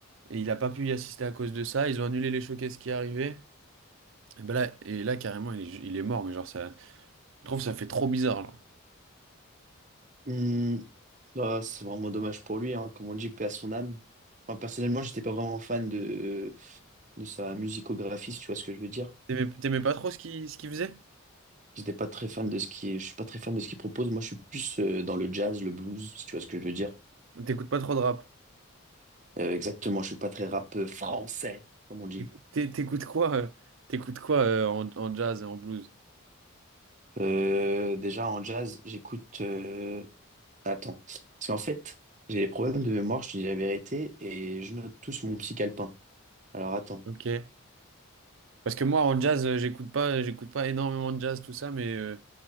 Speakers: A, on the right (about 60°); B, on the right (about 35°).
A: et il a pas pu y assister à cause de ça. Ils ont annulé les showcases qui arrivaient. Et ben là, et là, carrément, il est, ju- il est mort. Mais genre, ça, je trouve que ça fait trop bizarre, genre.
B: Hmm. Ah, c'est vraiment dommage pour lui, hein. Comme on dit, paix à son âme. Enfin, personnellement, j'étais pas vraiment fan de, de sa musicographie, si tu vois ce que je veux dire.
A: T'aimais t'aimais pas trop ce qu'il ce qu'il faisait?
B: J'étais pas très fan de ce qui, est. je suis pas très fan de ce qu'il propose. Moi, je suis plus euh, dans le jazz, le blues, si tu vois ce que je veux dire.
A: T'écoutes pas trop de rap?
B: Euh, exactement, je suis pas très rap euh, français, comme on dit.
A: T'écoutes t'é- t'écoutes quoi, euh, t'écoutes quoi euh, en, en jazz, en blues?
B: Euh, déjà en jazz, j'écoute. euh, Attends. Parce qu'en fait, j'ai des problèmes de mémoire, je te dis la vérité, et je note tout sur mon petit calepin. Alors attends.
A: Ok. Parce que moi, en jazz, euh, j'écoute pas, euh, j'écoute pas énormément de jazz, tout ça, mais euh,